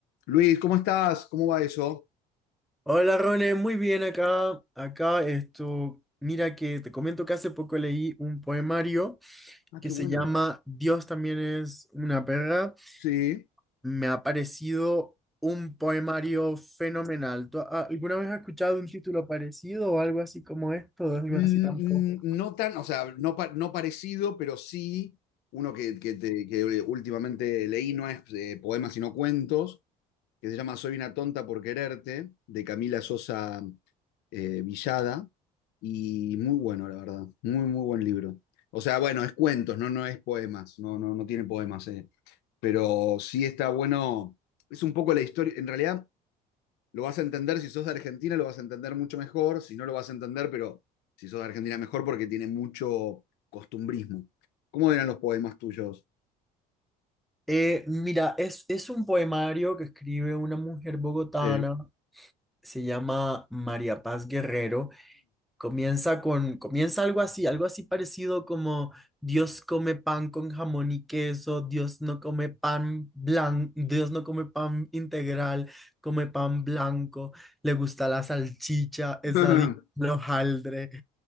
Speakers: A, on the left; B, in the centre.
A: Luis, ¿cómo estás? ¿Cómo va eso?
B: Hola Rone, muy bien acá. Acá esto, mira que te comento que hace poco leí un poemario
A: Ah,
B: que
A: qué bueno.
B: se llama Dios también es una perra.
A: Sí.
B: Me ha parecido un poemario fenomenal. ¿Tú a- alguna vez has escuchado un título parecido o algo así como esto, o algo
A: Mm,
B: así tampoco?
A: mm, No tan, o sea, no, pa- no parecido, pero sí uno que, que te- que últimamente leí, no es eh, poemas sino cuentos, que se llama Soy una tonta por quererte, de Camila Sosa eh, Villada, y muy bueno, la verdad, muy, muy buen libro. O sea, bueno, es cuentos, no, no es poemas, no, no, no tiene poemas, eh, pero sí está bueno, es un poco la historia, en realidad lo vas a entender, si sos de Argentina lo vas a entender mucho mejor, si no lo vas a entender, pero si sos de Argentina mejor porque tiene mucho costumbrismo. ¿Cómo eran los poemas tuyos?
B: Eh, mira, es, es un poemario que escribe una mujer bogotana,
A: Sí.
B: se llama María Paz Guerrero. Comienza con, comienza algo así, algo así parecido como Dios come pan con jamón y queso, Dios no come pan blanco, Dios no come pan integral, come pan blanco, le gusta la salchicha, es
A: <laughs>
B: adicto al hojaldre.